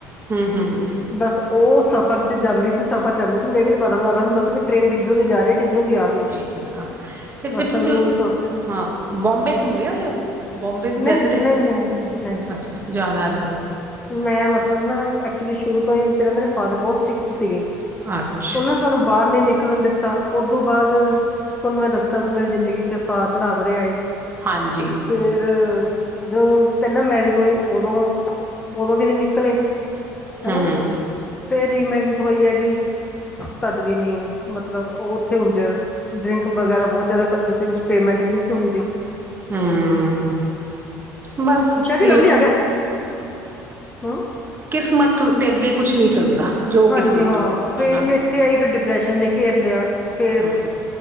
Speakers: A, on the right (about 30°); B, on the left (about 20°).
A: ਹੂੰ-ਹੂੰ-ਹੂੰ।
B: ਬਸ ਓਹ ਸਫ਼ਰ ਚ ਜਾਂਦੀ ਸੀ ਸਫ਼ਰ ਚ ਜਾਂਦੀ ਸੀ ਮੈਨੂੰ ਏਹ ਵੀ ਨੀ ਪਤਾ ਲੱਗਦਾ ਹੁੰਦਾ ਸੀ ਵੀ ਟ੍ਰੇਨ ਕਿੱਦਰ ਨੂੰ ਜਾ ਰਈ ਐ। ਕਿੱਦਰੋਂ ਦੀ ਆ ਰਈ ਐ,
A: ਠੀਕ ਹੈ ਹਾਂ ਤੇ ਫਿਰ
B: ਬਸ ਸੰਗਰੂਰ
A: ਤੁਸੀਂ
B: ਤੋਂ ਓਥੇ
A: ਹਾਂ ਬੋਂਬੇ ਘੁੰਮੇ ਹੋਏ ਓਂ, ਬੋਂਬੇ ਵੀ
B: ਨਹੀਂ
A: ਵੈਸੇ ਤੇ
B: ਨਹੀਂ ਨਹੀਂ ਨਹੀਂ ਨਹੀਂ
A: ਅੱਛਾ ਜ਼ਾਦਾ ਨੀ
B: ਮੈਂ ਮਤਲਬ ਨਾ ਐਕਚੁਲੀ ਸ਼ੁਰੂ ਤੋਂ ਈ ਪੈਲਾਂ ਮੇਰੇ ਫਾਦਰ ਬਹੁ ਸਟਰਿਕਟ ਸੀਗੇ।
A: ਅੱਛ
B: ਓਨੇ ਸਾਨੂੰ ਬਾਰ ਨੀ ਨਿਕਲਣ ਦਿੱਤਾ ਓਦੂੰ ਬਾਦ ਤਾਨੂੰ ਮੈਂ ਦੱਸੇਆ ਸੀ ਮੇਰੀ ਜ਼ਿੰਦਗੀ ਚ ਤਾਰ ਚੜਾ ਬੜੇ ਆਏ,
A: ਹਾਂਜੀ
B: ਫੇਰ ਜਦੋਂ ਪੈਲਾਂ ਮੈਰਿਜ ਹੋਈ ਓਦੋਂ ਓਦੋਂ ਵੀ ਨੀ ਨਿਕਲੇ ਹਨਾ,
A: ਹਮ
B: ਫੇਰ ਰੀ ਮੈਰਿਜ ਹੋਈ ਹੈਗੀ। ਤਦ ਵੀ ਨੀ, ਮਤਲਬ ਓਹ ਓਥੇ ਉਂਝ ਡਰਿੰਕ ਵਗੈਰਾ ਬਹੁ ਜ਼ਾਦਾ ਕਰਦੇ ਸੀ ਕੁਛ ਪੇਮੈਂਟ ਵੀ ਨਈ ਸੀ ਹੁੰਦੀ।
A: ਹੂੰ, ਬੱਸ
B: ਸ਼ੈਡੀ
A: ਏਹ
B: ਲਵਲੀ ਆ ਗਿਆ ਹੂੰ
A: ਕਿਸਮਤ ਦੇ ਅੱਗੇ ਕੁਛ ਨੀ ਚੱਲਦਾ। ਜੋ
B: ਹਾਂਜੀ
A: ਕਿਸਮਤ
B: ਹਾਂ, ਫੇਰ
A: ਹਨਾ
B: ਏਥੇ ਆਈ ਫੇਰ ਡਿਪਰੈਸ਼ਨ ਨੇ ਘੇਰ ਲਿਆ, ਫੇਰ
A: ਹਾਂ